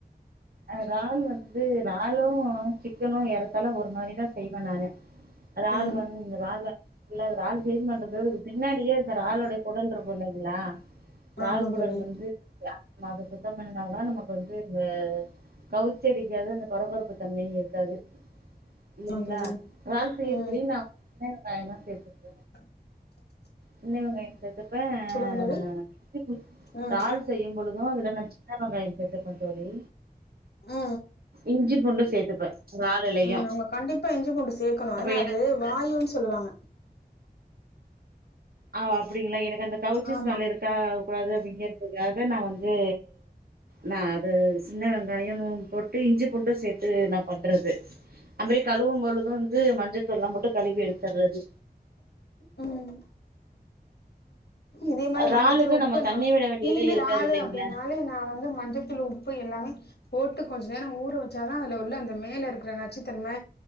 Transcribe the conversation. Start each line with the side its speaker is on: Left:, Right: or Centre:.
Right: ஆ இறால் வந்து இறாலு சிக்கனு ஏறத்தால ஒரு மாரிதா செய்வ நானு இறால்
Left: ம்
Right: வந்து இறால்வ இல்ல அது இறால் க்ளீன் பண்றது பின்னாடியே இந்த இறாலோட கொடல் இருக்குள்ளைங்களா இறால்
Left: ஆமா
Right: குடல்
Left: தோழி
Right: வந்து <unintelligible> அத சுத்தோ பண்ணுன தா நமக்கு வந்து இந்த கவுச்சடிக்காது அந்த கொற கொறுப்பு தன்மையு இருக்காது இல்லலைங்களா
Left: ஆமா தோழி
Right: இறால் செய்யறதுலயையு
Left: ம்
Right: நா சின்ன வெங்காயோளா சேத்ருக்கே
Left: <unintelligible>
Right: சின்ன வெங்காயோ சேத்துப்பே
Left: சொல்லுங்க தோழி
Right: நானு <unintelligible> இறால்
Left: ம்
Right: செய்யு பொழுது அதுல நான் சின்ன வெங்காயோ சேதுப்பா தோழி
Left: ஆ
Right: இஞ்சி பூண்டு சேத்துப்பே இறாலுலயு
Left: ஆ நம்ம கண்டிப்பா இஞ்சி பூண்டு சேக்கணு
Right: அப்ப
Left: ஆன
Right: எனக்கு
Left: அது வாயு சொல்வாங்க
Right: ஆஹ் அப்டிங்களா எனக்கு அந்த கவுச்சி
Left: ஆமா
Right: ஸ்மெல் இருக்கா கூடாது அப்டிங்கறதுக்காக நா வந்து நா அது சின்ன வெங்காயோ போட்டு இஞ்சி பூண்டு சேத்து நா பண்றது அதுமாரி கழுவு பொழுது வந்து மஞ்சத்தூள போட்டு கழுவி எடுத்துடுறது
Left: உம் இதே மாரி
Right: இறாலுக்கு
Left: மஞ்சத்தூள் உப்பு
Right: நம்ம தண்ணி
Left: நா
Right: விட வேண்டியதே
Left: வந்து
Right: இருக்காது இல்லைங்களா
Left: ளு அப்டின்னாலே நா வந்து மஞ்சத்தூள் உப்பு எல்லா மே போட்டு கொஞ்ச நேர ஊற வச்சா தா அது உள்ள அந்த மேல இருக்கிற நச்சுத்தன்ம